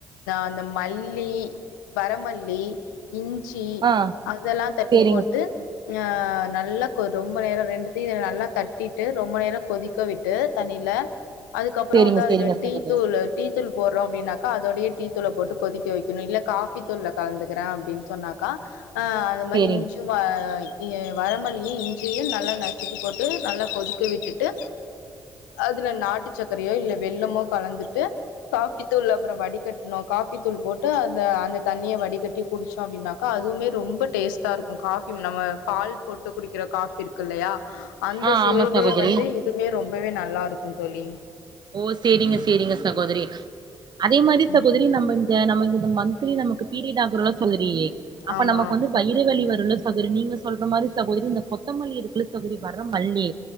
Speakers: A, on the left (about 85°); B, on the right (about 50°).
A: அந்த மல்லி வரமல்லி இஞ்சி
B: ஆ
A: அதெல்லா தட்டி
B: சேரிங்க
A: போட்டு ஆ நல்லா கொ ரொம்ப நேரோ ரெண்டு த்தி இதுல நல்லா தட்டிட்டு ரொம்ப நேரோ கொதிக்க விட்டு தண்ணில அதுக்கப்றோ
B: சேரிங்க
A: வந்து அதுல
B: சேரிங்க
A: டீ
B: சகோதரி
A: தூளு டீ தூள் போட்றோ அப்டினாக்கா அதோடிய டீதூள போட்டு கொதிக்க வெக்கனு இல்ல காஃபி தூள்ல கலந்து க்றே அப்டின் சொன்னாக்கா ஆ அது மாரி
B: சேரிங்
A: இஞ் வ இ வரமல்லியு இஞ்சயு நல்லா நசுக்கிபோட்டு நல்லா கொதிக்க விட்டுட்டு அதுல நாட்டு சக்கரையோ இல்ல வெல்லமோ கலந்துட்டு காஃபி தூள்ல அப்றோ வடிகட்னு காஃபி தூள் போட்டு அந்த அந்த தண்ணிய வடிகட் டி குடிச்சோ அப்டின்னாக்கா அதுவுமே ரொம்ப டேஸ்ட்டாருக்கு காஃபி நம்ம பால் போட்டு குடிக்கிற காஃபி இரு க்குல்லயா அந்த
B: ஆ
A: சுவையிலே
B: ஆமா சகோதரி
A: வந்து இதுமே ரொம்பவே நல்லாருக்கு தோழி
B: ஓ சேரிங்க சேரிங்க சகோதரி அதே மாரி சகோதரி
A: ம்
B: நம்ப ய நமக் இந்த மன்த்லி நமக்கு பீரியட்டு ஆகுரோல்ல சகோதரி அப்ப
A: ஆமா
B: நமக்கு வந்து வயிறு வலி வருல சகோரி நீங்க சொல்ற மாரி சகோதரி இந்த கொத்தமல்லி இருக்குல சகோத்ரி வர மல்லி